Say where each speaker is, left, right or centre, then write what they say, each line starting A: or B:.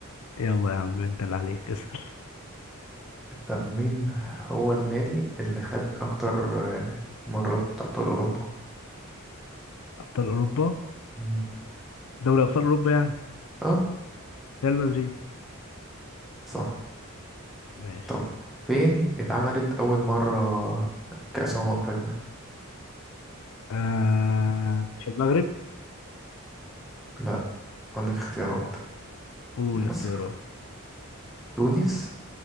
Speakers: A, on the left; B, in the centre.
A: يلا يا عم انت اللي عليك اسأل
B: طب مين هو النادي اللي خد اكتر آه، مرات ابطال اوروبا
A: ابطال اوروبا
B: مم.
A: دوري ابطال اوروبا يعني
B: اه
A: ريال مدريد
B: صح
A: ماشي
B: طب فين اتعملت اول مرة كأس أمم أفريقيا
A: آه... في المغرب
B: لا اقول لك اختيارات
A: طب قول
B: مصر
A: اختيارات
B: تونس